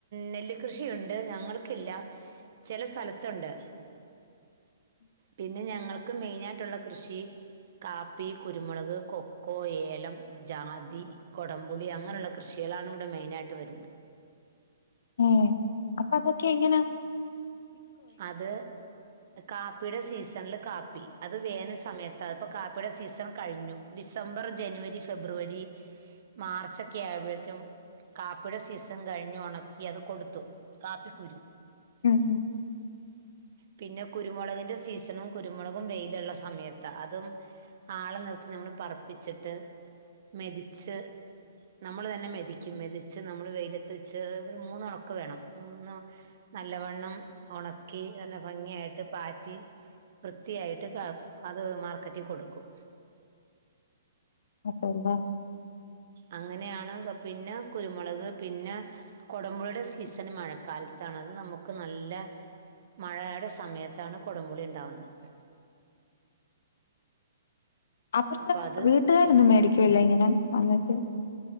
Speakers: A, on the right; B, on the left.
A: നെല്ല് കൃഷിയുണ്ട് ഞങ്ങൾക്കില്ല ചെല സ്ഥലത്തുണ്ട് പിന്നെ ഞങ്ങൾക്ക് മെെനായ്ട്ട്ള്ള കൃഷി കാപ്പി, കുരുമാെളക്, കൊക്കോ, ഏലം ജാതി, കൊടംപുളി അങ്ങനുള്ള കൃഷികളാണ് ഇവിടെ മെെനായിട്ട് വെര്ന്നേ
B: ഏ അപ്പൊ അതൊക്കെ എങ്ങന
A: അത് കാപ്പിയുടെ സീസണില് കാപ്പി അത് വേനല് സമയത്താ ഇപ്പോ കാപ്പിയുടെ സീസൺ കഴിഞ്ഞു. ഡിസംബർ, ജനുവരി, ഫെബ്രുവരി, മാർച്ചൊക്കെ ആവ്മ്പോഴേക്കും കാപ്പിയുടെ സീസൺ കഴിഞ്ഞു ഒണക്കി അത് കൊടുത്തു കാപ്പി കുരു
B: ഉം
A: പിന്നെ കുരുമുളകിൻ്റെ സീസണും കുരുമുളകും വെയിലുള്ള സമയത്താ അതും ആളെ നിർത്തി നമ്മള് പറപ്പിച്ചിട്ട് മെതിച്ച് നമ്മൾ തന്നെ മെതിക്കും മെതിച്ച് നമ്മള് വെയിലത്ത് വെച്ച് ഒരു മൂന്നൊണക്ക് വേണം മൂന്ന് നല്ലവണ്ണം ഒണക്കി നല്ല ഭംഗിയായിട്ട് പാറ്റി വൃത്തിയായിട്ട് ക അത് മാർക്കറ്റിൽ കൊടുക്കും.
B: അപ്പന്താ
A: അങ്ങനെയാണ് പിന്നെ കുരുമുളക് പിന്നെ കൊടം പുളീടെ സീസൺ മഴക്കാലത്താണ് അത് നമുക്ക് നല്ല മഴേടെ സമയത്താണ് കൊടും പുളി ഇണ്ടാവുന്നത്
B: അപ്പുറത്തെ
A: അപ്പൊ അത്
B: വീട്ടുകാരൊന്നും മേടിക്കൂല്ല ഇങ്ങനെ വന്നിട്ട്